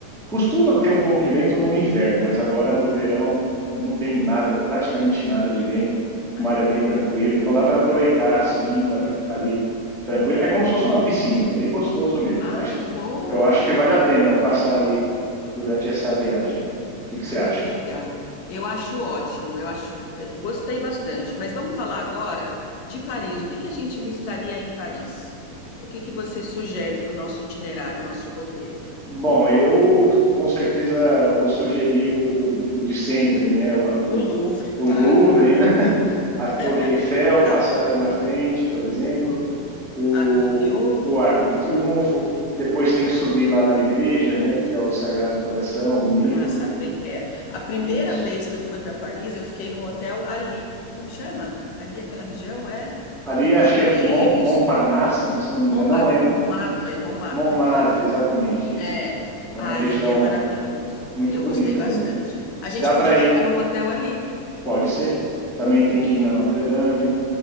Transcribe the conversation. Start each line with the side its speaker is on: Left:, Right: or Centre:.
Centre: costuma ter um pouco de vento no inverno, mas agora no verão não tem nada, praticamente nada de vento.
Left: Ai,
Centre: O mar é
Left: que
Centre: bem
Left: bom.
Centre: tranquilo, então dá para aproveitar assim, dá para ficar ali tranquilo. É como se fosse uma piscina, é bem gostoso mesmo.
Left: Ai,
Centre: Eu acho,
Left: que bom!
Centre: eu acho que vale a pena passar ali durante essa viagem. O que que
Left: Ah,
Centre: você acha?
Left: que legal. Eu acho ótimo, eu acho, eh, gostei bastante. Mas vamos falar agora de Paris. O que que a gente visitaria em Paris? O que que você sugere para o nosso itinerário, nosso roteiro?
Centre: Bom, eu com certeza vou sugerir o, o, o de sempre, né? O,
Left: O Louvre,
Centre: o,
Left: claro,
Centre: o Louvre, né? <laughs> A
Left: <laughs>
Centre: Torre Eiffel, passar
Left: a Torre,
Centre: ali na frente, por exemplo,
Left: Uhum.
Centre: o,
Left: Arco do Triunfo,
Centre: o Arco do Triunfo. Depois tem que subir lá na igreja, né? Que é o Sagrado Coração, bonito.
Left: ah, Sacré-Cœur. A primeira
Centre: Isso.
Left: vez que eu fui para Paris, eu fiquei num hotel ali. Como chama? Ali aquela região é
Centre: Ali
Left: que é dos
Centre: acho
Left: boêmios,
Centre: que é Mont- Montparnasse, né? Se não me
Left: Montpa-
Centre: engano, não lembro.
Left: Montmartre, Montmartre,
Centre: Montmartre,
Left: não é?
Centre: exatamente isso.
Left: É,
Centre: É
Left: ai,
Centre: uma região
Left: ali é maravilhoso.
Centre: muito
Left: Eu
Centre: bonita
Left: gostei bastante.
Centre: ali.
Left: A gente
Centre: Dá
Left: podia
Centre: para ir,
Left: ficar num hotel ali.
Centre: pode ser. Também tem que ir na Notre Dame.